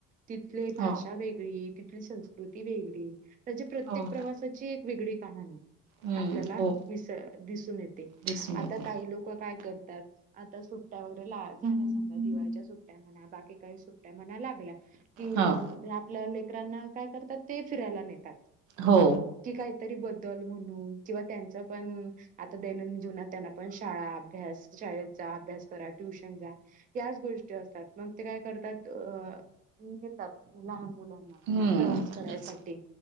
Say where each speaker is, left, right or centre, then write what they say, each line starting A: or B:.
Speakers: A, on the right; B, on the right.
A: तिथली भाषा
B: हो,
A: वेगळी, तिथली संस्कृती वेगळी त्याची प्रत्येक
B: हो मॅडम.
A: प्रवासाची एक वेगळी कहाणी.
B: हं,
A: आपल्याला
B: हो
A: विस दिसून येते.
B: दिसून
A: आता
B: येते.
A: काही लोक काय करतात. आता सुट्टया वगैरे ला झाल्या समजा. दिवाळीच्या सुट्टया म्हणा, बाकी काही सुट्टया म्हणा लागल्या. किल
B: हां,
A: आपल्या लेकरांना काय करतात ते फिरायला नेतात.
B: हो.
A: कि काहीतरी बदल? दल म्हणून किंवा त्यांचा पण आता दैनंदिन जीवनात त्यांना पण शाळा अभ्यास शाळेत चा अभ्यास करा. ट्युशन चा याच गोष्टी असतात. मग ते काय करतात अ लहान मुलांना
B: हं,
A: प्रवास करायसाठी.
B: थोडंच